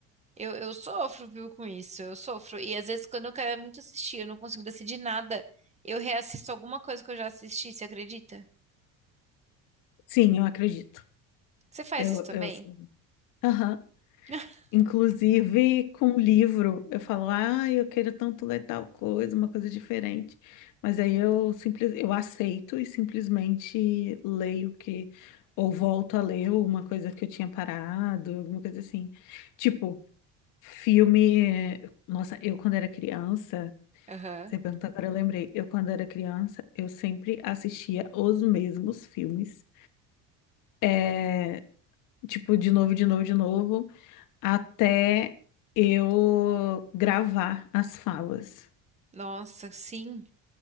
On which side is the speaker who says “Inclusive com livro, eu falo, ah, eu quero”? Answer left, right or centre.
Left